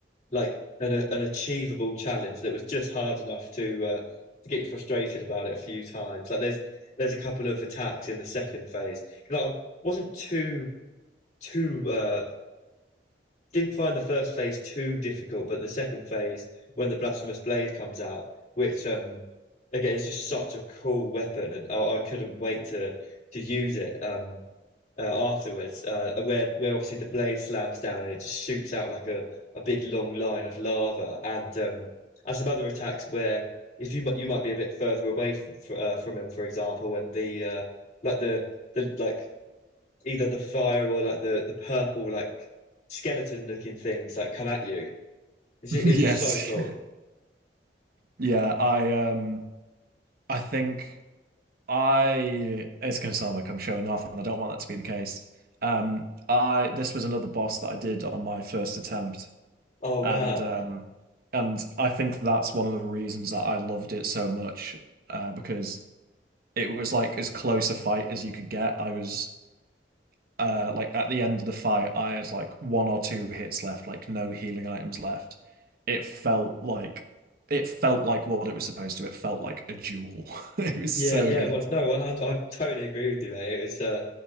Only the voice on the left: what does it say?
like an a- an achievable challenge that was just hard enough to uh, to get you frustrated about it a few times. Like there's there's a couple of attacks in the second phase because I wasn't too too uh, didn't find the first phase too difficult, but the second phase when the blasphemous blade comes out, which um again is just such a cool weapon, and I, I couldn't wait to to use it. Um, uh, afterwards, uh, where where obviously the blade slams down and it just shoots out like a, a big long line of lava, and um, and some other attacks where if you you might be a bit further away f- uh, from him, for example, and the uh, like the the like either the fire or like the the purple like skeleton looking things that like, come at you. It's just,
it was just so cool.
Oh wow,
yeah,
yeah.
One, no, one hundred. I totally agree with you, mate. It was uh,